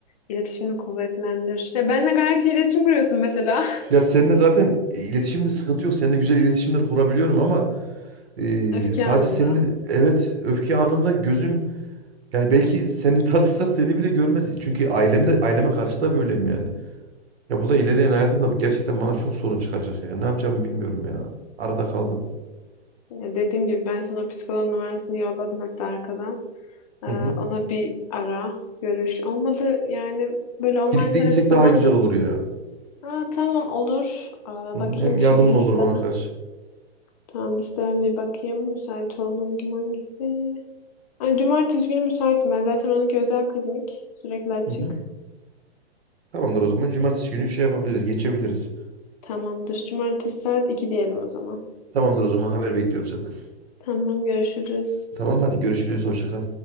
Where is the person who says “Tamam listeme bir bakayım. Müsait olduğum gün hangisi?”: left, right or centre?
Left